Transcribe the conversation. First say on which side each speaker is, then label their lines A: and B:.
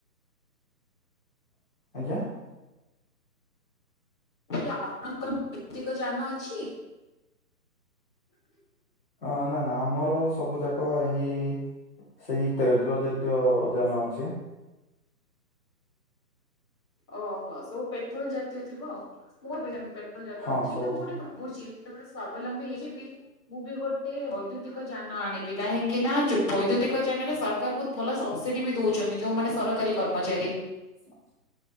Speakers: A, on the left; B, on the left.
A: ଆଜ୍ଞା।
B: ହେଲେ ଆପଣଙ୍କ <unintelligible> ଯାନ ଅଛି। <unintelligible>
A: ଅ ନା ନା ଆମର ସବୁ ଯାକ ଏହି ସେଇ ତେଲ ଜାତୀୟ ଜାନ ଅଛି।
B: ଓହୋ, ସବୁ ପେଟ୍ରୋଲ ଜାତୀୟ ଥିବ, ମୁଁ ବି ଏମିତି ପେଟ୍ରୋଲ ଜାତ
A: ହଁ
B: ଅଛି
A: ସବୁ
B: କିନ୍ତୁ ମୁଁ ଗୋଟେ ଭାବ ଭାବୁଛି ଯେତେବେଳେ ସ୍ଵାବଲମ୍ବୀ ହେଇଯିବି ମୁଁ ବି ଗୋଟେ ବୈଦ୍ୟୁତିକ ଯାନ ଆଣିବି କାହିଁକି ନା ବୈଦ୍ୟୁତିକ ଯାନ ରେ ସରକାର ବହୁତ ଭଲ ସବସିଡି ବି ଦଉଛନ୍ତି ଯଉମାନେ ସରକାରୀ କର୍ମଚାରୀ।
A: <inaudible>